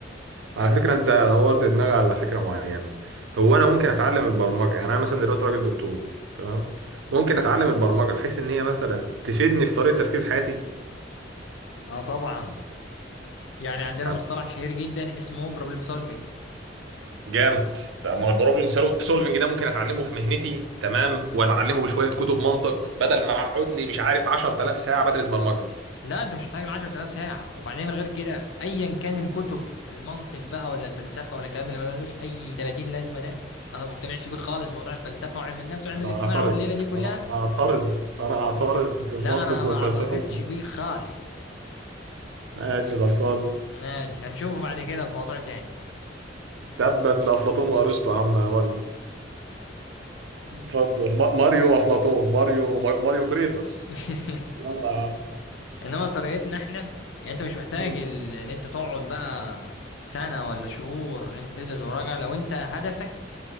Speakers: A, on the right (about 75°); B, on the left (about 75°).
A: على فكرة انت نورت دماغي على فكرة معينة هو انا ممكن اتعلم البرمجة يعني انا مثلا دلوقتي راجل دكتور تمام ممكن اتعلم البرمجة بحيث ان هي مثلا تفيدني في طريقة تفكيري في حياتي
B: اه طبعا يعني عندنا
A: طب
B: مصطلح شهير جدا اسمه بروبلم سولفينج
A: جامد طب ما هو البروبلم سولفنج ده ممكن اتعلمه في مهنتي تمام واتعلمه بشوية كتب منطق بدل ما اقعد لي مش عارف 10000 ساعة بدرس برمجة
B: لا انت مش محتاج ل 10000 ساعه وبعدين غير كده ايا كان الكتب المنطق بقى ولا الفلسفه ولا الكلام اللي ما ملوش اي 30 لازمه ده انا ما مقتنعش بيه خالص موضوع الفلسفه وعلم النفس وعلم
A: انا
B: الاجتماع
A: اعترض
B: والليله دي كلها
A: انا اعترض انا اعترض
B: لا
A: المنطق
B: انا ما
A: والفلسفه
B: اعتقدش بيه خالص
A: ماشي خلصان
B: ماشي هنشوفه بعد كده في موضوع تاني
A: تبا لافلاطون وارسطو يا عم ماريو اتفضل ما- ماريو افلاطون ماريو ما- ماريو كريتاس
B: <laughs>
A: يلا يا عم
B: انما طريقتنا احنا يعني انت مش محتاج
A: مم.
B: ال- ان انت تقعد بقى سنة ولا شهور ان انت تدرس مراجعة لو انت هدفك